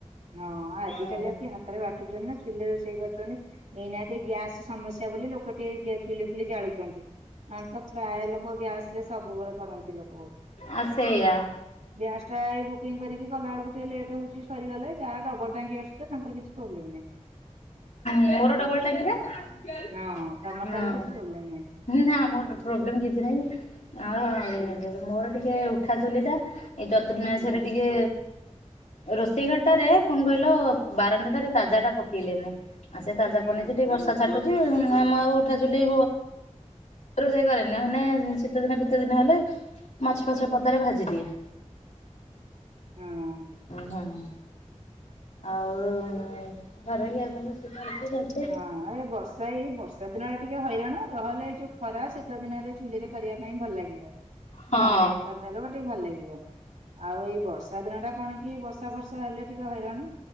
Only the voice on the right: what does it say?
ହଁ ଆଜିକାଲି
ଆଉ କି ହାତରେ ବାଟୁଛନ୍ତି ନା ଚୁଲି ରୋଷେଇ କରୁଛନ୍ତି ଏଇନା କେ ଗ୍ୟାସ। ସମସ୍ୟା ବୋଲି ଲୋକ ଟିକେ ଗେ ଚୁଲି ଫୁଲି ଜାଳୁଛନ୍ତି ହଁ ତ ପ୍ରାୟ ଲୋକ ମୋ ଗ୍ୟାସ ରେ ସବୁବେଳେ କରନ୍ତି ଲୋ
ଗ୍ୟାସ୍ ଟା ଏଇ ବୁକିଂ କରିକି କଲା ବେଳକୁ ଟିକେ ଲେଟ୍ ହଉଛି ସରିଗଲେ। ଯାହା ଡବଲ ଟାଙ୍କି ଆସଛି ତ ତାଙ୍କର କିଛି ପ୍ରୋବ୍ଲେମ ନାହିଁ।
ହଁ ତମର
ତାହେଲେ କିଛି ପ୍ରୋବ୍ଲେମ ନାହିଁ
ହୁଁ।
ହଁ।
ହଁ ଏ ବର୍ଷା ଏଇ ବର୍ଷା ଦିନରେ ଟିକେ ହଇରାଣ ନ ହେଲେ ଏଇ ଯୋଉ ଖରା ଶୀତ ଦିନରେ ଚୁଲିରେ କରିବା ପାଇଁ ଭଲ ଲାଗିବ
ବାହାରେ। ଡାଲମା ଟିକେ ଭଲ ଲାଗିବ ଆଉ ଏଇ ବର୍ଷା ଦିନଟା କଣ କି ବର୍ଷା ଫର୍ଷା ହେଲେ ଟିକେ ହଇରାଣ।